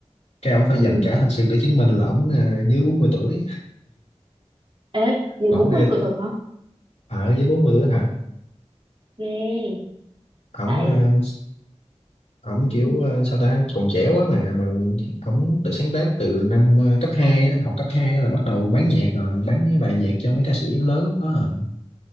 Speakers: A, on the left; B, on the right.
A: cái ông phải
B: Ừ.
A: dành cả thanh xuân để chứng minh là ổng ờ, dưới bốn mươi tuổi
B: Ê, giờ
A: mà
B: 40
A: ổng nghe
B: tuổi thật hả?
A: à, ở dưới 40 tuổi hả
B: Ghê.
A: ổng
B: tại
A: ờ, ổng
B: ừ,
A: kiểu ờ, sao ta còn trẻ quá mà mà ổng tự sáng tác từ năm ờ, cấp 2 á, học cấp 2 á là bắt đầu bán nhạc rồi bán mấy bài nhạc cho mấy ca sĩ lớn lúc đó rồi